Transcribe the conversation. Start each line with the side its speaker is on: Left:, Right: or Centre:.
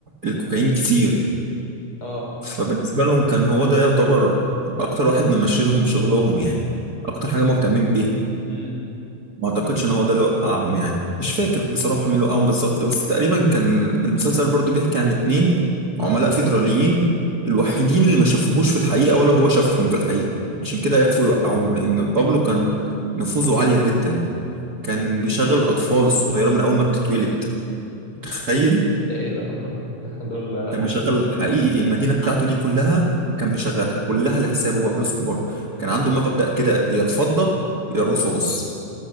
Right: الكوكايين كتير
Left: اه
Right: فبالنسبة لهم كان هو ده يعتبر أكتر واحد ممشي لهم شغلهم يعني أكتر حاجة مهتمين بيها
Left: امم
Right: ما أعتقدش إن هو ده اللي وقعهم يعني مش فاكر بصراحة مين اللي وقعهم بالظبط بس تقريبا كان المسلسل برضو بيحكي عن اتنين عملاء فيدراليين الوحيدين اللي ما شافوهوش في الحقيقة ولا هو شافهم في الحقيقة عشان كده عرفوا يوقعوه لأن بابلو كان نفوذه عالية جدا كان بيشغل الأطفال الصغيرة من أول ما بتتولد تخيل
Left: ده ايه ده <laughs> دول
Right: كان مشغل حقيقي المدينة بتاعته دي كلها كان مشغلها كلها لحسابه بابلو اسكوبار كان عنده مبدأ كده يا الفضة يا الرصاص